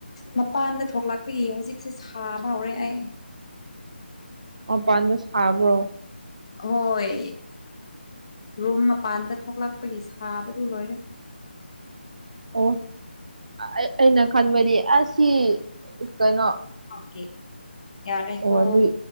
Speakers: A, on the left (about 30°); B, on the right (about 40°).
A: ꯃꯄꯥꯟꯗ ꯊꯣꯛꯂꯛꯄꯒꯤ ꯍꯧꯖꯤꯛꯁꯦ ꯁꯥꯕ ꯍꯧꯔꯦ ꯑꯩ꯫
B: ꯃꯄꯥꯟꯗ ꯁꯥꯕ꯭ꯔꯣ
A: ꯑꯍꯣꯏ ꯔꯨꯝ ꯃꯄꯥꯟꯗ ꯊꯣꯛꯂꯛ ꯄꯒꯤ ꯁꯥꯕꯗꯨ ꯂꯣꯏꯔꯦ
B: ꯑꯣ ꯑ-ꯑꯩ ꯑꯩꯅ ꯈꯟꯕꯗꯤ ꯑꯁꯤ ꯀꯩꯅꯣ
A: ꯑꯣꯀꯦ ꯌꯥꯔꯦꯀꯣ
B: ꯑꯣ ꯑꯗꯨꯏ